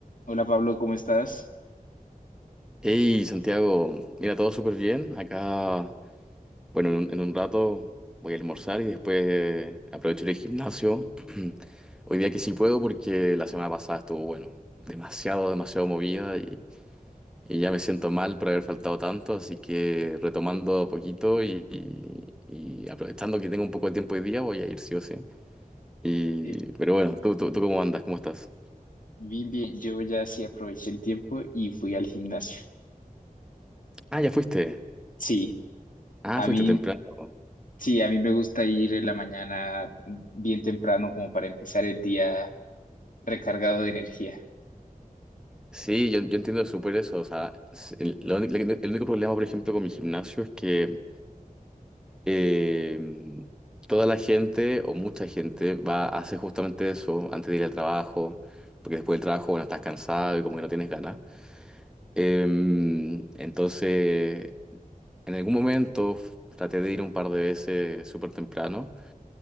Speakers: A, on the left; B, in the centre.
A: Hola Pablo, ¿cómo estás?
B: Hey Santiago, mira, todo súper bien. Acá, bueno, en un, en un rato voy a almorzar y después eh, aprovecho el gimnasio. <clears throat> Hoy día que sí puedo porque la semana pasada estuvo, bueno, demasiado, demasiado movida y, y ya me siento mal por haber faltado tanto, así que retomando a poquito y, y- y aprovechando que tengo un poco de tiempo hoy día voy a ir sí o sí. Y,
A: Eh,
B: pero bueno, ¿tú, tú, tú cómo andas? ¿Cómo estás?
A: bien, bien, yo ya sí aproveché el tiempo y fui al gimnasio.
B: Ah, ya fuiste.
A: Sí,
B: Ah,
A: a
B: fuiste
A: mí,
B: temprano.
A: sí, a mí me gusta ir en la mañana bien temprano como para empezar el día recargado de energía.
B: Sí, yo, yo entiendo súper eso. O sea, s- el, la uni- la- el único problema, por ejemplo, con mi gimnasio es que eh, toda la gente o mucha gente va a hacer justamente eso antes de ir al trabajo, porque después del trabajo, bueno, estás cansado y como que no tienes ganas. Em, entonces, en algún momento f- traté de ir un par de veces súper temprano